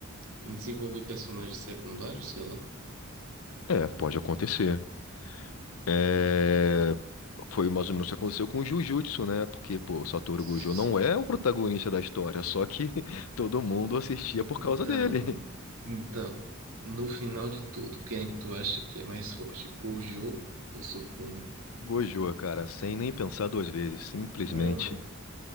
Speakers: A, on the right; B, on the left.
A: em desenvolver personagens secundários, sei lá.
B: é, pode acontecer. É, Foi mais ou menos o que aconteceu com o Jujutsu, né? Porque, pô, o Satoru
A: Sim.
B: Gojo não é o protagonista da história, só que <laughs> todo mundo assistia por
A: Então,
B: causa dele.
A: mano. Então, no final de tudo, quem é que tu acha que é mais forte? Gojo ou Sukuna?
B: <laughs> Gojo, cara, sem nem pensar duas vezes, simplesmente.
A: Mano,